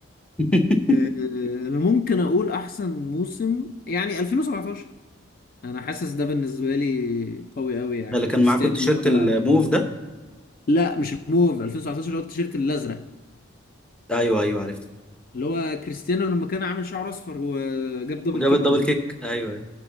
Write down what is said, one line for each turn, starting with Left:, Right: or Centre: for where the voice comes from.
Centre: <laughs>
Left: <laughs> آه، انا ممكن اقول احسن موسم يعني 2017 انا حاسس ده بالنسبه لي قوي قوي يعني
Centre: ده اللي كان
Left: كريستيانو
Centre: معاكوا التيشيرت
Left: اللي
Centre: الموف
Left: هو
Centre: ده
Left: لا مش الموف 2019 اللي هو التيشيرت الازرق
Centre: ايوه ايوه عرفته
Left: اللي هو كريستيانو لما كان عامل شعر اصفر وجاب دبل
Centre: وجاب
Left: كيك
Centre: الدبل
Left: وبتاع.
Centre: كيك ايوه ايوه